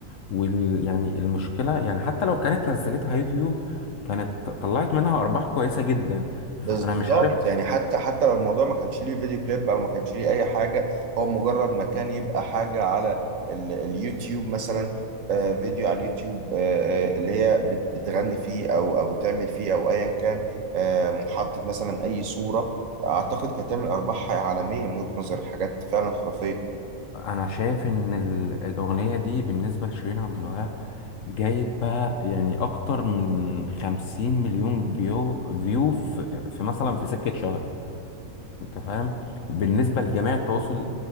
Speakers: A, on the left; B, on the right.
A: وال يعني المشكله يعني حتى لو كانت نزلتها يوتيوب كانت ط- طلعت منها ارباح كويسه جدا فانا
B: بالظبط
A: مش عارف
B: يعني حتى حتى لو الموضوع ما كانش ليه فيديو كليب أو ما كانش ليه أي حاجة هو مجرد مكان يبقى حاجة على ال اليوتيوب مثلا آه فيديو على اليوتيوب آه آه اللي هي بت- بتغني فيه أو أو تعمل فيه أو أيا كان آه محطة مثلا أي صورة أعتقد كانت تعمل أرباح عالمية من وجهة نظر الحاجات فعلا خرافية
A: انا شايف ان ال- الاغنيه دي بالنسبه لشيرين عبد الوهاب جايبه يعني اكتر من خمسين مليون فيو فيو في, في مثلا في سكه شهر انت فاهم بالنسبه لجميع التواصل